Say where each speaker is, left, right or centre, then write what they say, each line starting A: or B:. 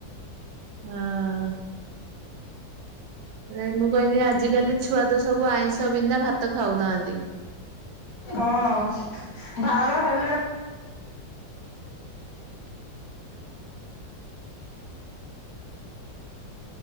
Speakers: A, on the right; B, on the left.
A: ହଁ। ନାଇଁ ମୁଁ କହିନି ଆଜିକାଲି ଛୁଆ ତ ସବୁ ଆଇଁଷ ବିନା ଭାତ ଖାଉନାହାନ୍ତି।
B: ହଁ ଭାର ହେଲେ